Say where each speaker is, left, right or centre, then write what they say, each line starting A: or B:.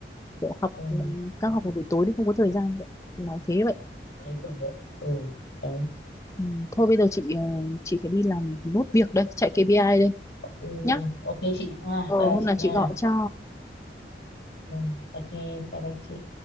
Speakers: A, on the left; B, on the left.
A: kiểu học
B: ừ.
A: ừ, các
B: đấy
A: học vào buổi tối thì không có thời gian vậy nói thế vậy
B: đấy, kiểu vậy ừ đấy
A: ừ. thôi bây giờ chị ờ, chị phải đi làm nốt việc đây chạy KPI đây
B: ok
A: nhá
B: ok chị nha
A: ờ
B: bye
A: hôm
B: chị
A: nào chị
B: nha
A: gọi cho
B: ừ, ok bye bye chị